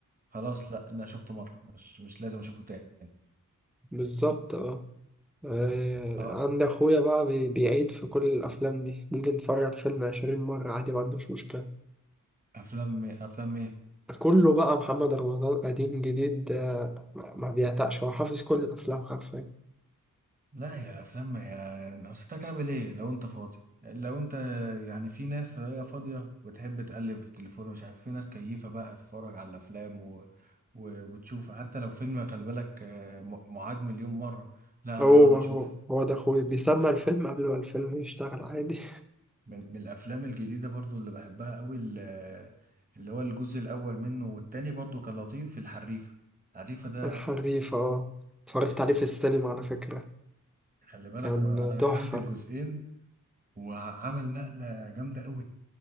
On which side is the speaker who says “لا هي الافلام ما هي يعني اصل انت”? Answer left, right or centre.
Right